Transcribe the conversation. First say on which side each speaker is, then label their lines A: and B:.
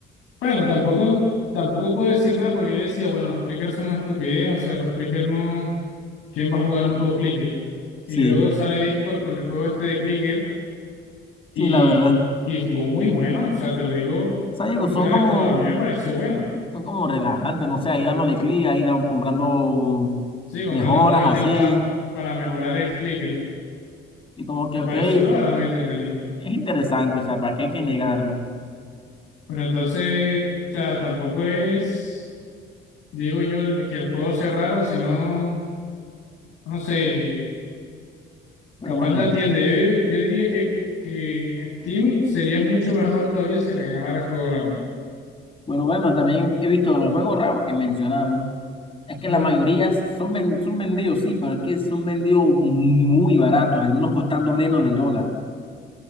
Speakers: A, on the left; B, on the left.
A: Bueno, tampoco, tampoco puedo decir nada porque yo decía, bueno, los clickers son una estupidez, o sea, los clickers no, ¿quién va a jugar un juego clicker? Y
B: Sí,
A: luego sale Discord con el juego este de clicker y,
B: sí, la verdad. O
A: y estuvo muy bueno, o sea, te lo digo
B: sea, digo,
A: fuera
B: son como,
A: de joda, a mí me pareció bueno.
B: son como relajantes, no sé, ahí dándole clic, ahí da- comprando
A: Sí, comprando
B: mejoras
A: como ítem
B: así.
A: para, para mejorar el clicker,
B: Y como que,
A: me
B: ok,
A: pareció
B: es
A: la verdad muy entretenido.
B: interesante, o sea, ¿para qué hay que negarlo?
A: Pero entonces, o sea, tampoco es, digo yo, el- que el juego sea raro, sino, no sé,
B: Pero
A: capaz
B: bueno,
A: la tienda. Yo, yo diría que, que Steam sería mucho mejor todavía si regalara el juego, la verdad.
B: bueno, bueno, también he visto los juegos raros que mencionamos. Es que
A: Sí,
B: la mayoría son, ven- son vendidos, sí, pero es que son vendidos muy baratos, algunos costando menos del dólar.